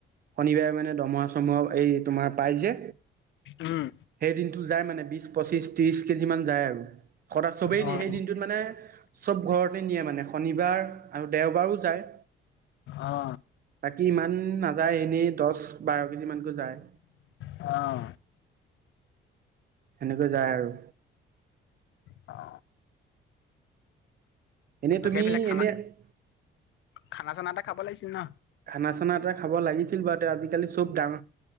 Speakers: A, on the right; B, on the left.
A: শনিবাৰে মানে দৰমহা - চৰমহা এই তোমাৰ পাই যে
B: উম
A: সেই দিনটো যায় মানে বিশ, পঁচিশ, ত্ৰিশ কেজি মান যায় আৰু। সদাক চবেই
B: অ
A: দি সেই দিনটোত মানে চব ঘৰতে নিয়ে মানে শনিবাৰ আৰু দেওবাৰো যায়।
B: অ।
A: বাকী ইমান নাযায় এনেই দছ, বাৰ কেজি মানকৈ যায়।
B: অঁ।
A: এনেকৈ যায় আৰু।
B: অ।
A: এনেই
B: অ
A: তুমি
B: সেইফালে খানা,
A: এনে
B: খানা চানা এটা খাব লাগিছিল ন?
A: খানা - চানা এটা খাব লাগিছিল বাৰুতে আজিকালি চব দাম।